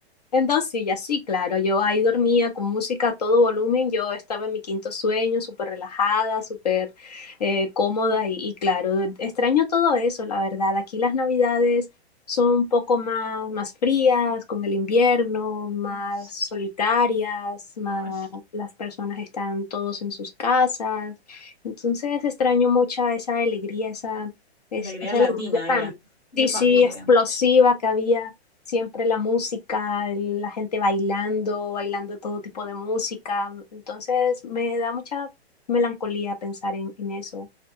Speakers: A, on the left; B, on the left.
A: En dos sillas, sí, claro. Yo ahí dormía con música a todo volumen. Yo estaba en mi quinto sueño, súper relajada, súper eh, cómoda y, y claro, extraño todo eso, la verdad. Aquí las navidades son un poco más, más frías, con el invierno, más
B: Ay,
A: solitarias, más
B: ay,
A: las personas están todos en sus casas. Entonces extraño mucha esa alegría, esa, es-
B: alegría
A: esa
B: latina,
A: alegría
B: diga,
A: tan,
B: de
A: sí,
B: familia.
A: sí, explosiva que había siempre la música, el- la gente bailando, bailando todo tipo de música. Entonces me da mucha melancolía pensar en, en eso.